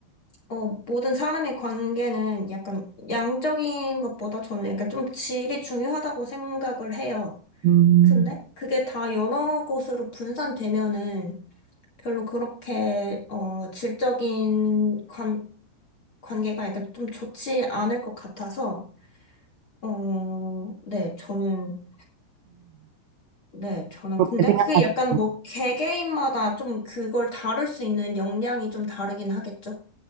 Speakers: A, on the left; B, on the right.
A: 어, 모든 사람의 관계는 약간 양적인 것보다 저는 약간 좀 질이 중요하다고 생각을 해요.
B: 음.
A: 근데 그게 다 여러 곳으로 분산되면은 별로 그렇게, 어, 질적인 관, 관계가 약간 좀 좋지 않을 것 같아서, 어, 네, 저는 네, 저는
B: 그렇게
A: 근데
B: 생각하시고.
A: 그게 약간 뭐 개개인마다 좀 그걸 다룰 수 있는 역량이 좀 다르긴 하겠죠?